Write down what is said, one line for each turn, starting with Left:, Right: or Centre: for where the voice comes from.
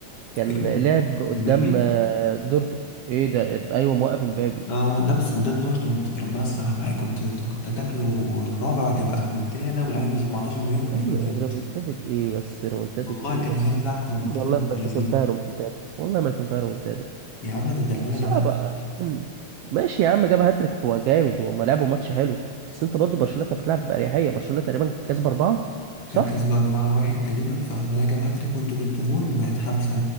Right: كان
Left: كان-
Right: لعب قدام
Left: في مبابي
Right: آه، دورت ايه ده إد- ايوه موقف امبابي
Left: اه لا بس قدام دورتموند ربنا استرها معايا كنت كنت هتاكله الرابع وهتبقى رومونتادا واللعيب ب 17 مليون كان
Right: يا عم
Left: هيبقى ترند
Right: ريمونتادة ايه بس ريمونتادة
Left: والله
Right: ايه
Left: كان
Right: بس
Left: هيرزعك رومونتادا
Right: عم والله
Left: بنت
Right: ما
Left: لذينه
Right: كان فيها ريمونتادا والله ما كان فيها ريمونتادا
Left: يا عم ده ده الولد
Right: صعبة
Left: جاب هاتريك
Right: أمم. ماشي يا عم جاب هاتريك هو جامد وهم لعبوا ماتش حلو بس انت برضه برشلونة كانت بتلعب بأريحية برشلونة تقريبا كانت كسبة أربعة صح؟
Left: كانت كسبة 4-1 تقريبا فالولد جاب هاتريك وانتوا جبتوا جون بقت خمسة